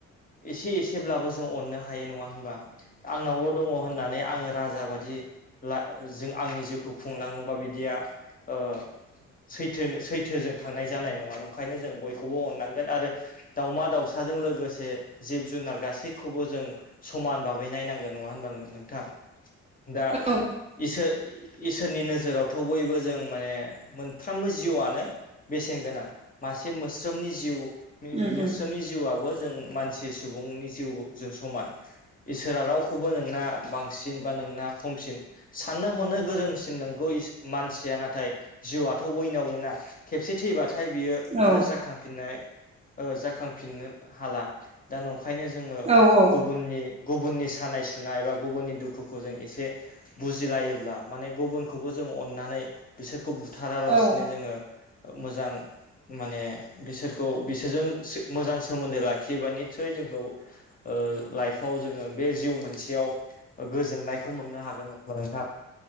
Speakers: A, on the left; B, on the right.
A: एसे एसेब्लाबो जों अननो हायो नङा होनबा आंनावल' दङ होनना माने आङो राजा बादि ला जों आंनि जिउखौ खुंलाङोबा बिदिया ओ सैथो सैथोजों थांनाय जानाय नङा नंखायनो जों बयखौबो अननांगोन आरो दाउमा दाउसाजों लोगोसे जिब जुनार गासैखौबो जों समान बाबै नायनांगोन नङा होनब नोंथां? दा
B: औ
A: इसो-इसोरनि नोजोरावथ' बयबो जों माने मोनफ्रोमबो जिउआनो बेसेन गोनां मासे मोस्रोमनि जिउ
B: उम
A: मोस्रोमनि
B: उम
A: जिउआबो जों मान मानसि सुबुंनि जिउजों समान इसोरा रावखौबो नोंना बांसिन बा नोंना खमसिन साननो हनो गोरोंसिन नंगौ मानसिया नाथाय जिउआथ' बयनावबो ना खेबसे थैबाथाय बियो
B: औ
A: आरो जाखांफिननाय ओ जाखांफिननो हाला। दा नंखायनो जोङो
B: औ औ
A: गुबुननि गुबुननि सानाय सुनाय एबा गुबुननि दुखुखौ जों एसे बुजिलायोब्ला माने गुबुनखौबो जों अननानै बिसोरखौ बुथारालासिनो
B: औ
A: जोङो मोजां माने बिसोरखौ बिसोरजों मोजां सोमोन्दो लाखियोबा निस्सय जोंखौ ओ लाइफआव जोङो बे जिउ मोनसेयाव गोजोननायखौ मोननो हागोन नङा नोंथा।